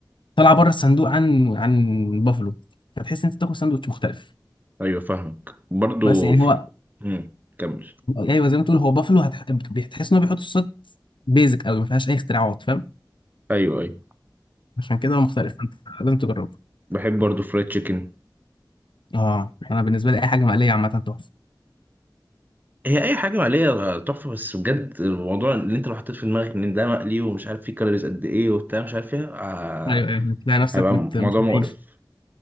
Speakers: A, on the left (about 85°); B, on the right (about 20°).
A: طالعه بره الصندوق عن عن بافلو فتحس ان انت بتاكل ساندوتش مختلف
B: ايوه فاهمك برضو
A: بس يعني
B: في...
A: هو
B: مم. كمل
A: ايوه زي ما تقول هو بافلو هتح- بتحس ان هو بيحط صوصات بيزك قوي ما فيهاش اي اختراعات فاهم
B: ايوه ايوه
A: عشان كده هو مختلف فانت لازم تجربه
B: وبحب برضو فرايد تشيكن
A: اه انا بالنسبه لي اي حاجه مقليه عامه تحفه
B: هي اي حاجه مقليه تحفه بس بجد الموضوع اللي انت لو حطيت في دماغك ان ده مقلي ومش عارف فيه كالوريز قد ايه وبتاع مش عارف ايه آه،
A: ايوه ايوه بتلاقي نفسك
B: هيبقى
A: بت
B: موضوع
A: مش هتعيش
B: مقرف